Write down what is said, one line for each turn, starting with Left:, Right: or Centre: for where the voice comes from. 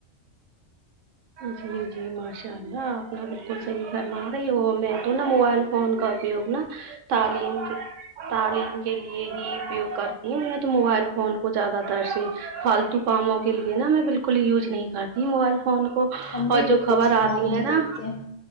Right: جی جی ماشاء اللہ آپ نا بالکل صحیح فرما رہی ہو میں تو نا موبائل فون کا اپیوگ نا تعلیم تعلیم کے لیے ہی اپیوگ کرتی ہوں میں تو موبائل فون کو زیادہ تر سے فالتو کاموں کے لیے نا میں بالکل یوج نہیں کرتی موبائل فون کو اور
Left: ہم بھی بالکل
Right: جو خبر
Left: استعمال
Right: آتی
Left: نہیں
Right: ہے نا
Left: کرتے ہیں